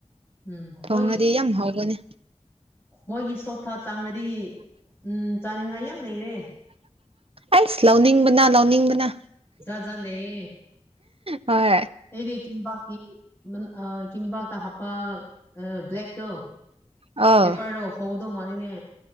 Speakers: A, on the left; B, on the right.
A: ꯎꯝ
B: ꯊꯣꯡꯉꯗꯤ
A: ꯃꯣꯏꯒꯤ
B: ꯌꯥꯝ ꯍꯥꯎꯅꯦ꯫
A: ꯃꯣꯏꯒꯤ ꯁꯣꯞ ꯊꯥ ꯆꯥꯡꯔꯗꯤ ꯎꯝ ꯆꯥꯅꯤꯡꯉꯥꯏ ꯌꯥꯝ ꯂꯩꯔꯦ꯫
B: ꯑꯁ ꯂꯥꯎꯅꯤꯡꯕꯅꯥ ꯂꯥꯎꯅꯤꯡꯕꯅꯥ꯫
A: ꯖꯥꯠ ꯖꯥꯠ ꯂꯩꯌꯦ꯫
B: ꯍꯣꯏ
A: ꯂꯩꯗꯤ ꯀꯕꯥꯞꯀꯤ ꯑ ꯀꯝꯕꯥꯞꯇ ꯍꯥꯞꯄ, ꯑ ꯕ꯭ꯂꯛꯇꯣ
B: ꯑꯥ
A: ꯄꯦꯄꯔꯗꯣ ꯍꯎꯗꯧ ꯃꯜꯂꯦꯅꯦ꯫